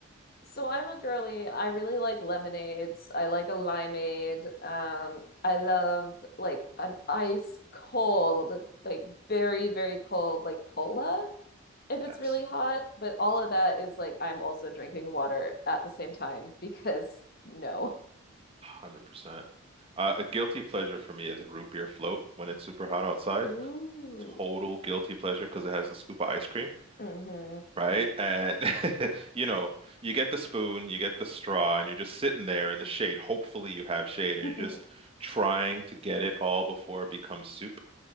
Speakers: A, on the left; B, on the right.
A: So I'm a girly. I really like lemonades. I like a limeade. Um, I love like an ice cold, like very, very cold, like cola if
B: Yes,
A: it's really hot. But all of that is like I'm also drinking water at the same time because <laughs> no.
B: 100%. Uh, a guilty pleasure for me is a root beer float when it's super hot outside.
A: Ooh.
B: Total guilty pleasure because it has the scoop of ice cream,
A: Mm-hmm.
B: right? And <laughs> you know, you get the spoon, you get the straw, and you're just sitting there in the shade. Hopefully you have shade
A: <laughs>
B: and you're just trying to get it all before it becomes soup.